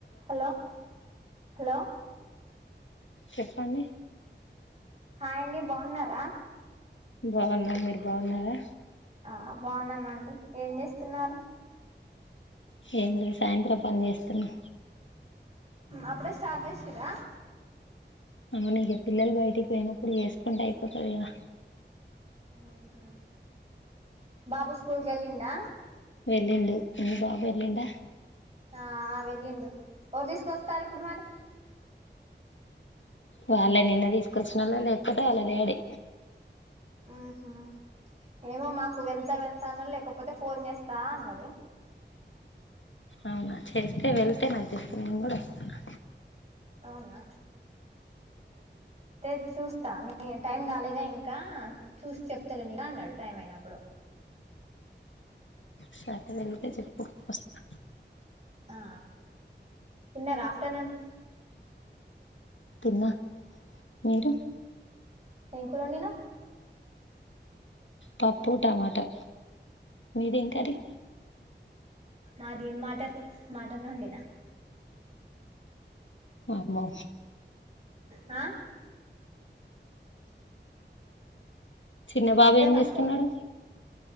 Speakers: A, on the right; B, on the left.
A: Hello hello
B: చెప్పండి
A: hi అండి బాగున్నారా
B: బాగున్నాను మీరు బాగున్నారా
A: ఆ బాగున్నామండి ఏం చేస్తున్నారు
B: ఎం లె సాయంత్రం పని చేస్తున్నా
A: అప్పుడే స్టార్ట్ చేసిర్ర
B: అవును ఇగ పిల్లలు బయటికి పోయినప్పుడు చేసుకుంటే అయిపోతది కదా
A: ఉహు బాబు స్కూల్ కెలిండా
B: వెళ్ళిండు మీ బాబు వెళ్లిండ
A: ఆ వెళ్ళిండు ఎవరు తీసుకొస్తారు ఇప్పుడు మరి
B: వాళ్ళ నిన్న తీసుకొచ్చినోళ్ళే లేక్పోతే వాళ్ళ డాడీ
A: ఉహు ఏమో మాకు వెళ్తా వెళ్తా అన్నాడు లేకపోతే ఫోన్ చేస్తా అన్నడు
B: అవునా చేస్తే వెళ్తే నాకు చెప్పు నేను కూడా వస్తాను
A: అవునా తే చూస్తా టైం గాలేగా ఇంకా చూసి చెప్తలేనిక్ అన్నడు టైం అయినప్పుడు
B: సరే వెళ్తే చెప్పు వస్తా
A: ఆ తిన్నారా ఆఫ్టర్నూన్
B: తిన్న మీరు
A: ఏం కురోండినావ్
B: పప్పు టమాటా మీది ఎం కర్రీ
A: మాది మటన్ మటన్ వండినా
B: వామ్మో
A: ఆ
B: చిన్న బాబు
A: అర్థం
B: ఏం
A: కాలేదు
B: చేస్తున్నాడు